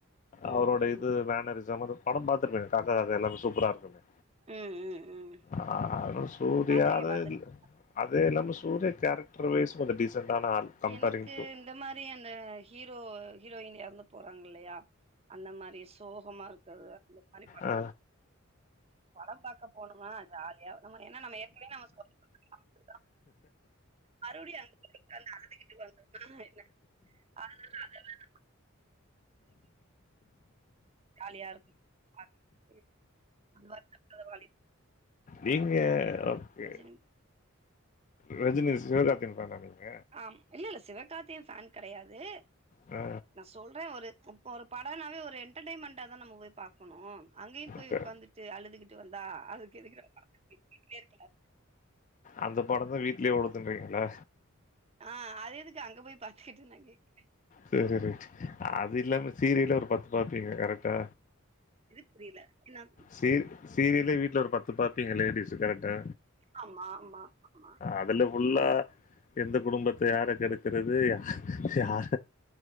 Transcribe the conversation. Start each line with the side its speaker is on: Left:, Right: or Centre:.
Right: ம்,
Left: அவரோட இது மேனரிசம் படம் பாத்திருப்பேங்க காக்கா காக்கா எல்லாமே சூப்பரா இருக்குமே
Right: ம், ம், ம்.
Left: ஆ சூரியரியாத
Right: பாத்துருக்கே, பாத்துருக்கே.
Left: இல்ல அதே இல்லாம சூரியா கேரக்டர் வைஸ் கொஞ்சம் டிசென்ட் ஆன ஆள் கம்பேரிங்
Right: எனக்கு
Left: டு
Right: இந்த மாரி அந்த ஹீரோ ஹீரோயின் எறந்து போறாங்க இல்லையா அந்த மாரி சோகமா இருக்குது அந்த மாரி
Left: ஆ
Right: வானம் பாக்க போணுமா ஜாலியா நம்ம என்ன நம்ம ஏற்கனையே நம்ம சொன்ன மாதிரி தான் மறுபடியு அந்த அந்த அலுதுகிட்டு வந்த என்ன அதனால அதெல்லா <inaudible> காலியா இருக்கும் அ <unintelligible>
Left: நீங்க ஓகே
Right: ரஜினி
Left: ரஜினி சிவகார்த்திகேயன் ஃபேன்ஆ நீங்க
Right: ஆம் இல்ல இல்ல சிவகார்த்திகேயன் ஃபேன் கிடையாது
Left: ஆ
Right: நான் சொல்றேன் ஒரு இப்ப படனாவே ஒரு என்டர்டென்மெண்டா தான் நம்ம போய் பாக் கணும் அங்கேயும் போய்
Left: ஓகே
Right: உட்காந்துட்டு அழுதுகிட்டு வந்தா அதுக்கு எதுக்கு நா பாக்கணும் வீட்டிலேயே இருக்கலா
Left: அந்த படம் தான் வீட்லயே ஓடுத்துன்றீங்களா
Right: ஆ அத எதுக்கு அங்க போய் பாத்துக்கிட்டு நான் கேட்கிறேன்
Left: சரி ரைட் அது இல்லாம சீரியலே ஒரு பத்து பார்ப்பீங்க கரெக்டா
Right: இது புரில என்னாது
Left: சீர் சீரியலே வீட்ல ஒரு பத்து பாப்பீங்க லேடிஸ் கரெக்டா
Right: ஆமா ஆமா ஆமா
Left: அதுல புல்லா எந்த குடும்பத்த யார கெடுக்கிறது ய யார